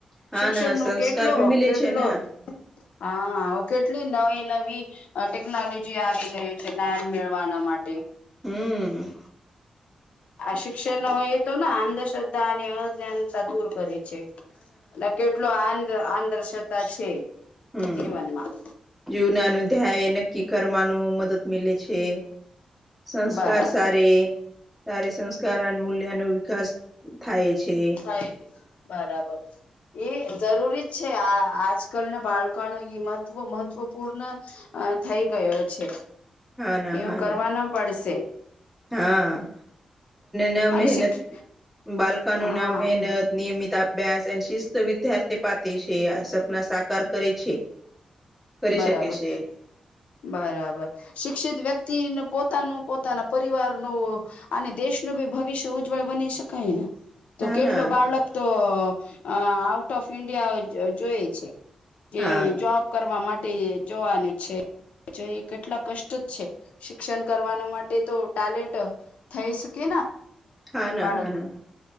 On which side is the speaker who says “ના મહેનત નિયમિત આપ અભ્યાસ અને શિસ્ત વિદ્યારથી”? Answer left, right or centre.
Centre